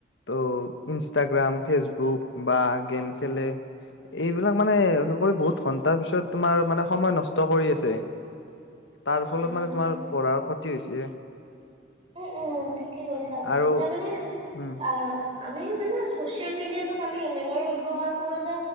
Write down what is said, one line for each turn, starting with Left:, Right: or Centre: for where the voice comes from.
Left: ত' ইনষ্টাগ্ৰাম, ফেচবুক বা গেম খেলে এইবিলাক মানে হ কৰি বহুত ঘন্টাৰ পিছত তোমাৰ মানে সময় নষ্ট কৰি আছে। তাৰ
Right: হয়
Left: ফলত
Right: তুমি
Left: মানে তোমাৰ পঢ়াৰ ক্ষতি হৈছে।
Right: উম উম ঠিকে কৈছা, আচলতে
Left: আৰু
Right: মানে
Left: উম
Right: আহ আমি নো চচিয়েল মিডিয়াতোক আমি এনেদৰে ব্যৱহাৰ কৰো যে